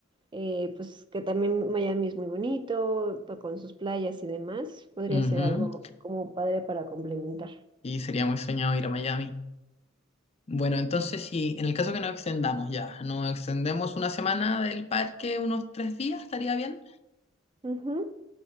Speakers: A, on the right; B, on the left.
A: eh, pues que también Miami es muy bonito, pa- con sus playas y demás, podría
B: ujú.
A: ser algo como padre para complementar.
B: Y sería muy soñado ir a Miami. Bueno, entonces si en el caso que nos extendamos ya, nos extendemos una semana del parque, unos tres días, estaría bien.
A: Ujú,